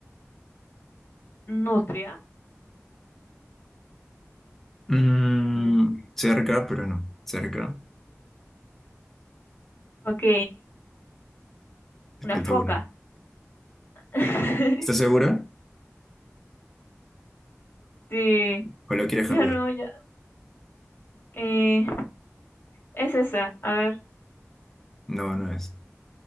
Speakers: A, on the left (about 50°); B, in the centre.
A: Nutria.
B: Mm,
A: Mm.
B: cerca, pero no. Cerca.
A: Ok,
B: Te
A: una
B: falta
A: foca.
B: una.
A: <laughs>
B: ¿Estás segura?
A: Sí,
B: ¿O lo quieres
A: ya
B: cambiar?
A: no, ya. Eh, es esa, a ver.
B: No, no es.